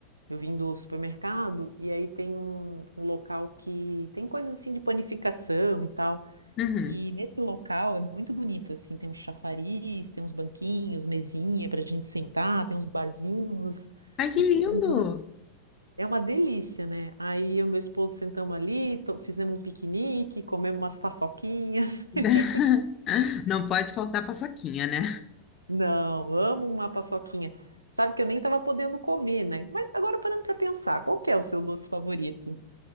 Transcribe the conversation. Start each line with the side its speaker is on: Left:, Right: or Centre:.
Right: eu vim do supermercado e aí tem um, um local que tem coisas assim de panificação e tal.
Left: Uhum.
Right: E nesse local é muito bonito, assim, tem uns chafariz, tem uns banquinhos, mesinha para a gente sentar, tem uns barzinhos.
Left: Ai, que lindo!
Right: Então É uma delícia, né? Aí eu e meu esposo sentamos ali, to- fizemos um piquenique, comemos umas paçoquinhas.
Left: <laughs>
Right: <laughs>
Left: Não pode faltar paçoquinha, né?
Right: Não, amo uma paçoquinha. Sabe que eu nem estava podendo comer, né? Mas agora parando para pensar, qual que é o seu doce favorito?